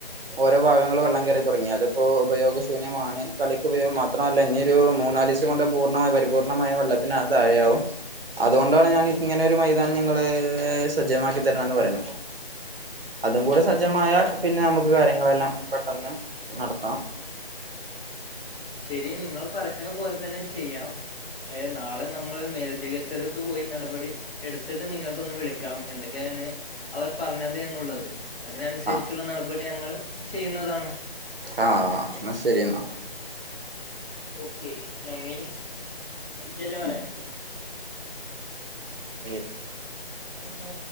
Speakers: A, on the right; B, on the left.
A: ഓരോ ഭാഗങ്ങള് വെള്ളം കേറി തുടങ്ങി അതിപ്പോ ഉപയോഗശൂന്യമാണ് കളിക്ക് ഉപയോഗം മാത്രമല്ല ഇഞ്ഞിയൊരു മൂന്നാലിസം കൊണ്ട് പൂർണ്ണമായി പരിപൂർണ്ണമായ വെള്ളത് ത്തിനത് താഴെയാവും അതുകൊണ്ടാണ് ഞാൻ ഇങ്ങനെ ഒരു മൈതനം നിങ്ങള് സജ്ജമാക്കി തരണംന്ന് പറയുന്നത് അതും കൂടെ സജ്ജമായാൽ പിന്നെ നമുക്ക് കാര്യങ്ങളെല്ലാം പെട്ടെന്ന് നടത്താം
B: ശരി നിങ്ങൾ പറയുന്ന പോലെ തന്നെ ചെയ്യാം ഏഹ് നാളെ നമ്മള് മേലുദ്യോഗസ്ഥരടുത്ത് പോയി നടപടി എടുത്തിട്ട് നിങ്ങക്കൊന്ന് വിളി ക്കാം എന്തൊക്കെയാന്ന് അവർ പറഞ്ഞത് എന്നുള്ളത് അതിനനുസരിച്ചുള്ള
A: ആ
B: നടപടി ഞങ്ങൾ ചെയ്യുന്നതാണ്
A: ആഹ് എന്നാ ശരി എന്നാ
B: ഓക്കെ നന്ദി അത് ജ് അല്ലെ പറയണ്ടെ
A: ഓക്കേ
B: ഇതെന്താ